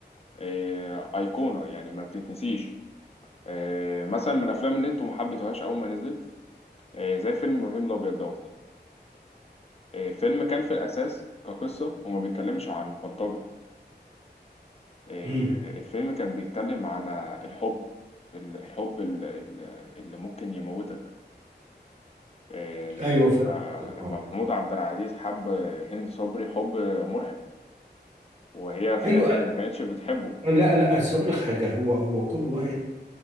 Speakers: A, on the left; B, on the right.
A: آه، ايقونة يعني ما بتتنسيش آه، مثلا من الافلام اللي انتوا ما حبيتوهاش اول ما نزلت آه، زي فيلم ابراهيم الابيض دوت آه، الفيلم كان في الأساس كقصة هو ما بيتكلمش عن بلطجة إيه،
B: امم
A: الفيلم كان بيتكلم عن الحب ال- الحب ال- ال- اللي ممكن يموتك إيه، إن
B: ايوه
A: لما
B: فاهم قصدك.
A: لما
B: آه.
A: محمود عبد العزيز حب هند صبري حب مرعب وهي في
B: ايوه
A: الآخر ما كانتش بتحبه
B: لا لا أصل هقول لك حاجه هو هو كل واحد